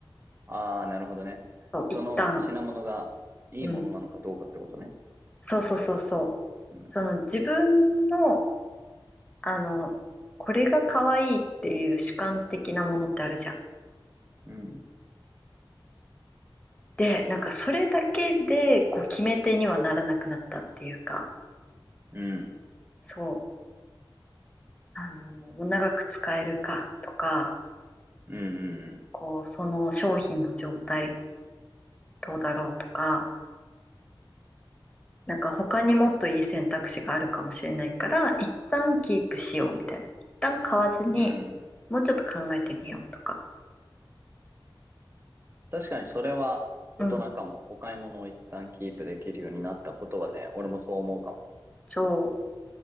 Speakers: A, on the right; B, on the left.
A: ああー、なるほどね。
B: そう一旦、
A: その品物がいいものなのかどうかってことね。
B: うん。そうそうそうそう。
A: うん。
B: その自分の、あの、これが可愛いっていう主観的なものってあるじゃん。
A: うん。
B: で、なんかそれだけで、こう決め手にはならなくなったっていうか、
A: うん。
B: そう、あの、長く使えるかとか、
A: うん。うん。
B: こう、その商品の状態、どうだろうとか、なんか他にもっといい選択肢があるかもしれないから、一旦キープしようみたいな。一旦買わずに、
A: うん
B: もうちょっと考えてみようとか。
A: 確かにそれは大人かも。
B: うん。
A: お買い物を一旦キープできるようになったことはね、俺もそう思うかも。
B: そう。